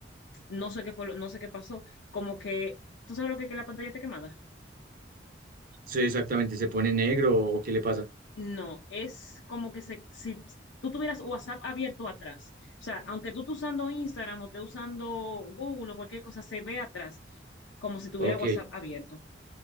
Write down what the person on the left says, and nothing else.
No sé qué fue, lo- no sé qué pasó, como que, ¿tú sabes lo que es que la pantalla esté quemada?
No, es como que se- si tú tuvieras WhatsApp abierto atrás, o sea, aunque tú estés usando Instagram o estés usando Google o cualquier cosa, se ve atrás como si tuviera
WhatsApp abierto.